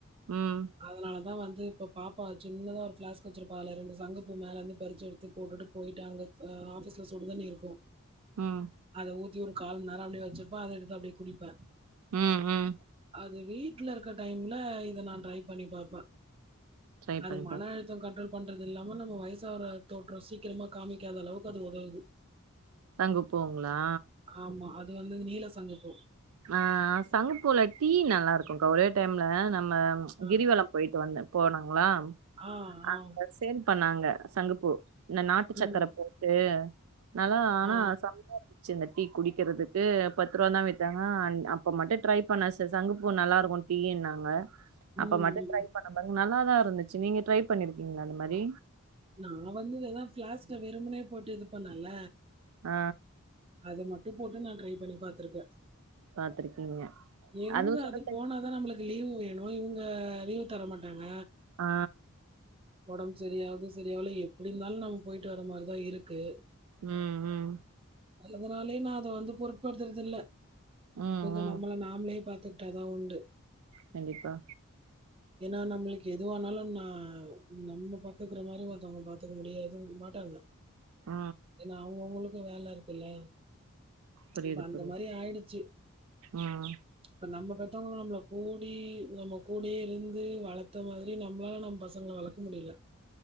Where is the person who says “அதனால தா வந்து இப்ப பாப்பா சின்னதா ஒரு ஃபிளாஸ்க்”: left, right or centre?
Right